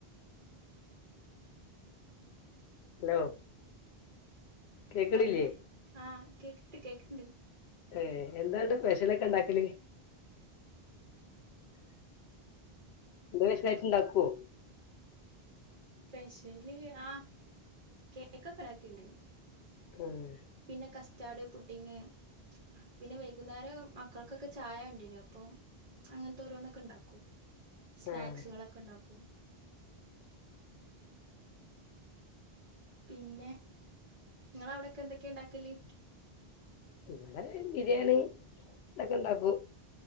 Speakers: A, on the left (about 80°); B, on the right (about 40°).
A: ഹലോ കേക്കണില്ലേ
B: ഹലോ ആഹ് കേക്ക്ണ്ട് കേക്ക്ണ്ട്
A: ഏഹ് എന്താ ഇവടെ സ്പെഷ്യലൊക്കെ ഉണ്ടാക്കല് എന്തെ പെഷലായിട്ട്ണ്ടാക്കവോ
B: സ്പെഷ്യല് ആഹ് കേക്കൊക്കെ ഉണ്ടാക്കണ്ട്
A: ആഹ്
B: പിന്നെ കസ്റ്റാഡ് പുഡിങ് പിന്നെ വൈകുന്നേരം മക്കൾക്കൊക്കെ ചായ വേണ്ടി വരും അപ്പൊ അങ്ങനത്തെ ഓരോന്നൊക്കെ ഉണ്ടാക്കും സ്നാക്സുകളൊക്കെ
A: ആഹ്
B: ഉണ്ടാക്കും പിന്നെ നിങ്ങളവിടെക്കെ എന്തൊക്കെ ഉണ്ടാക്കല്
A: ഇവിടെ ബിരിയാണി ഇതൊക്കെ ഉണ്ടാക്കും